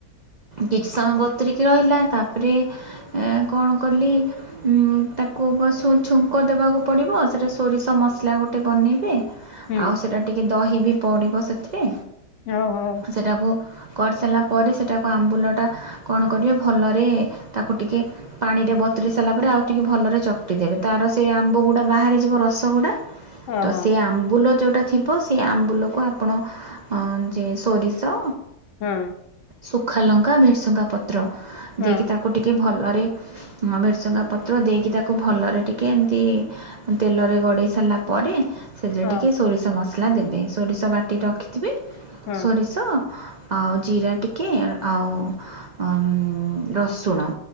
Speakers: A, on the right; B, on the left.
A: କିଛି ସମୟ ବତୁରିକି ରହିଲା ତାପରେ କଣ କଲି। ହୁଁ ତାକୁ ବସ ଛୁଙ୍କ ଦେବାକୁ ପଡ଼ିବ ସେଇଟା ସୋରିଷ ମସଲା ଗୋଟେ ବନେଇବେ।
B: ହୁଁ
A: ଆଉ ସେଟା ଟିକେ ଦହି ବି ପଡ଼ିବ ସେଥିରେ।
B: ଉ ହଉ।
A: ସେଟାକୁ କରିସାରିଲା ପରେ ସେଟାକୁ ଆମ୍ବୁଲ। ଟା କଣ କରିବେ ଭଲରେ ତାକୁ ଟିକିଏ। ପାଣି ରେ ବତୁରେଇ ସାରିଲା ପରେ ଆଉ ଟିକେ ଭଲରେ ଚକଟି ଦେବେ ତାର ସେ ଆମ୍ବ ଗୁଡା ବାହାରିଯିବ ରସ ଗୁଡା।
B: ଓହୋ
A: ତ ସେ ଆମ୍ବୁଲ ଯୋଉଟା। ଥିବ ସେ ଆମ୍ବୁଲକୁ ଆପଣ ଯେ ସୋରିଷ।
B: ହଁ।
A: ଶୁଖାଲଙ୍କା, ଭେରସୁଙ୍ଗା ପତ୍ର
B: ହଁ
A: ଦେଇକି ତାକୁ ଟିକେ ଭଲରେ। ଭେରସୁଙ୍ଗା ପତ୍ର ଦେଇକି ତାକୁ ଭଲରେ ଟିକେ ଏମତି। ତେଲରେ ଗଡ଼େଇ ସାରିଲା ପରେ। ସେଥିରେ
B: ଓ
A: ଟିକିଏ ସୋରିଷ ମସଲା ଦେବେ ସୋରିଷ ବାଟି ରଖିଥିବେ
B: ହଁ
A: ସୋରିଷ। ଆଉ ଜିରା ଟିକେ ଆଉ ରସୁଣ।